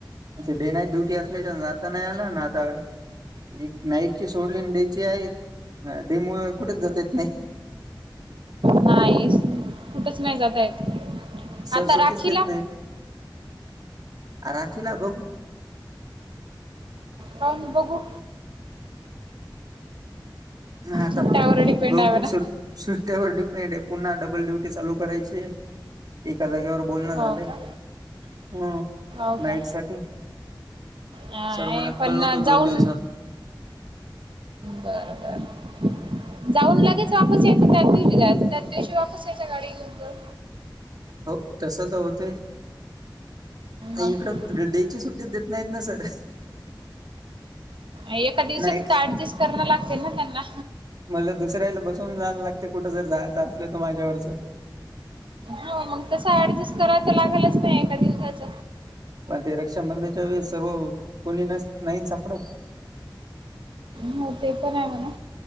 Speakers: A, on the right; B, on the right.
A: डे नाईट डुटी असल्याली. आता नाही. आला ना आता. एक नाईट ची सोडली आणि डेची आहे डे मुळे कुठेचं जात येतं नाही.
B: नाही कुठंच नाही जाता येत
A: सर
B: आता
A: सुटीचं
B: राखीला
A: देत नाहीत. रात्री री ला बघू.
B: पाहुन बघू.
A: आता
B: सुट्ट्यावर डिपेंड
A: बघू
B: आहे ना
A: सुट्टेवर डिपेंड आहे पुन्हा डबल ड्युटी चालू करायची. एका जागेवर बोलणं
B: हो
A: झालंय
B: का
A: ह
B: हो
A: नाईट
B: का
A: साठी.
B: नाही
A: सर म्हणले
B: पण
A: कळवतो दोन
B: जाऊन
A: दिवसातं.
B: बरं बरं जाऊन लगेच वापस शेतीसाठी. फिरायचं त्याच दिवशी वापस यायचं गाडी घेऊन जाऊ.
A: हो तसं त होते. इकडं
B: मग
A: डे ची सुट्टी देत नाहीत ना सर.
B: एका दिवसात
A: नाईट
B: ऍडजस्ट करणं लागते ना त्यांना
A: मला दुसऱ्याला बसून जायला लागते कुठं जर जायचं असलं तर माझ्यावरचं
B: हो मग तस ऍडजस्ट कराय तर लागेलच नाही एका दिवसाच
A: पण ते रक्षाबंधनच्या वेळेस सर्व कोणी न नाही सापड
B: हो ते पण आहे म्हणा